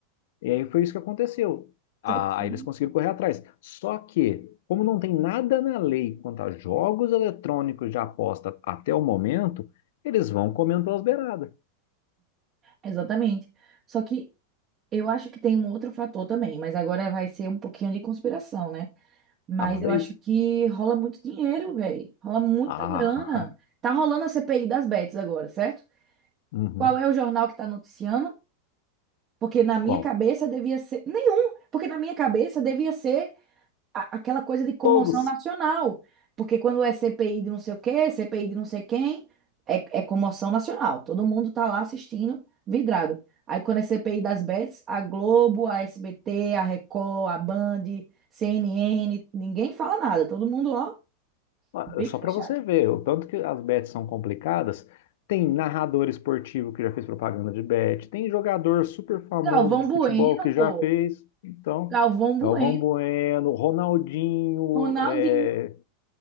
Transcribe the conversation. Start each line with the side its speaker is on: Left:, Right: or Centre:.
Left: E aí foi isso que aconteceu. Ah,
Right: Só que,
Left: Aí eles conseguiram correr atrás. Só que, como não tem nada na lei quanto a jogos eletrônicos de aposta até o momento, eles vão comendo pelas beiradas.
Right: exatamente. Só que Eu acho que tem um outro fator também, mas agora vai ser um pouquinho de conspiração, né? Mas
Left: Ah, manda
Right: eu acho
Left: aí.
Right: que rola muito dinheiro, velho. Rola muita
Left: Ah,
Right: grana. Tá rolando a CPI das bets agora, certo?
Left: <laughs> uhum.
Right: Qual é o jornal que tá noticiando? Porque na minha
Left: Qual?
Right: cabeça devia ser. Nenhum! Porque na minha cabeça devia ser a- aquela coisa de comoção
Left: Todos.
Right: nacional. Porque quando é CPI de não sei o quê, CPI de não sei quem, é, é comoção nacional. Todo mundo tá lá assistindo, vidrado. Aí quando é CPI das bets, a Globo, a SBT, a Record, a Band, CNN, ninguém fala nada. Todo mundo, ó,
Left: Ah,
Right: bico
Left: Só
Right: fechado.
Left: para você ver, o tanto que as bets são complicadas. Tem narrador esportivo que já fez propaganda de bet, tem jogador super famoso
Right: Galvão
Left: de
Right: Bueno,
Left: futebol que
Right: pô.
Left: já fez. Então,
Right: Galvão Bueno,
Left: Galvão Bueno, Ronaldinho,
Right: Ronaldinho,
Left: é,